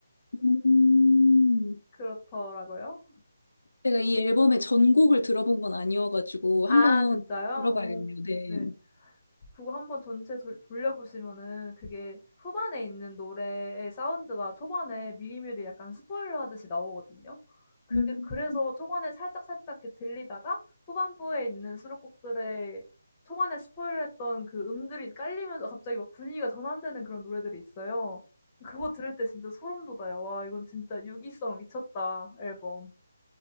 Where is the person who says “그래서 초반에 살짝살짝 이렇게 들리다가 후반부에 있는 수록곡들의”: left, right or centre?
Left